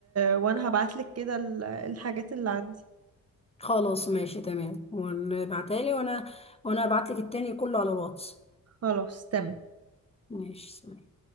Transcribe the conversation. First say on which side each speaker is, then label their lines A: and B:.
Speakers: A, on the right; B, on the left.
A: وانا هبعتلك كده ال- الحاجات اللي عندي
B: خلاص ماشي تمام وابعتها لي وانا وانا ابعت لك التاني كله على الواتس
A: خلاص تمام
B: ماشي سلام